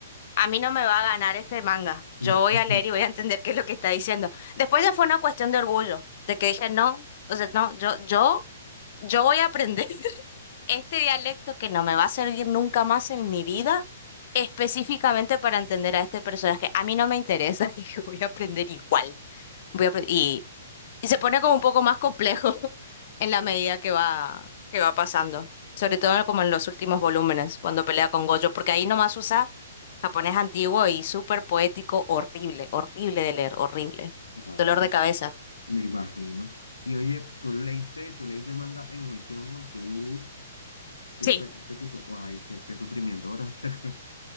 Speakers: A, on the left (about 45°); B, on the left (about 75°).
A: a mí no me va a ganar este manga.
B: <laughs>
A: Yo voy a leer y voy a entender qué es lo que está diciendo. Después ya fue una cuestión de orgullo, de que dije, no, o sea, no, yo, yo, yo voy a aprender este dialecto que no me va a servir nunca más en mi vida, específicamente para entender a este personaje. A mí no me interesa, <laughs> dije, voy a aprender igual. Voy a apre- y, y se pone como un poco más complejo <laughs> en la medida que va, que va pasando. Sobre todo como en los últimos volúmenes, cuando pelea con Gojo, porque ahí nomás usa japonés antiguo y súper poético, horrible, horrible de leer, horrible.
B: Wow,
A: Dolor de cabeza.
B: Me imagino. Y oye, ¿tú leíste, tú leíste el manga en emisión o tú esperaste
A: Sí,
B: tipo, ay, qué, qué sufrimiento, ¿verdad? <laughs>